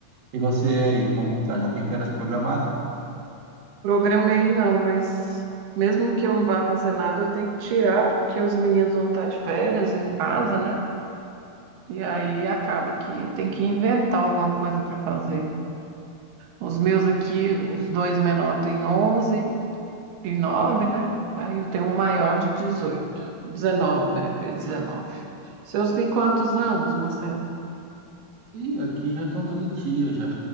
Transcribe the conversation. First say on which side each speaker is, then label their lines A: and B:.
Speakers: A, on the right; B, on the right.
A: E você aí, como que tá? Já tem férias programadas?
B: Programei não, mas mesmo que eu não vá fazer nada, eu tenho que tirar porque os meninos vão estar de férias em casa, né? E aí acaba que tem que inventar alguma coisa para fazer. Os meus aqui, os dois menores têm onze e nove né? Aí eu tenho um maior de dezoito dezenove né? Fez dezenove Seus têm quantos anos, Marcelo?
A: Ih, aqui já estão todo dia já.